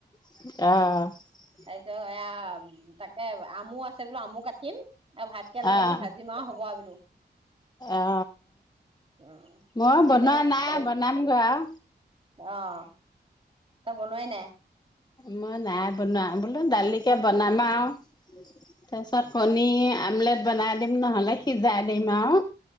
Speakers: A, on the left; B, on the right.
A: অ
B: তাৰপিছত এয়া তাকে আমো আছে বোলে আমো কাটিম। আৰু ভাত কেৰেলা
A: অ',
B: আলু ভাজিম আও হব আও বোলো।
A: অ
B: অ
A: মইয়ো
B: সেনেকে
A: বনোৱা নাই
B: খাবলৈ
A: বনামগৈ আও
B: অ তই বনোৱাই নাই
A: মই নাই বনোৱা বোলো দালিকে বনাম
B: অ
A: আও তাৰপিছত কণী আমলেট বনাই দিম নহ'লে সিজাই দিম আও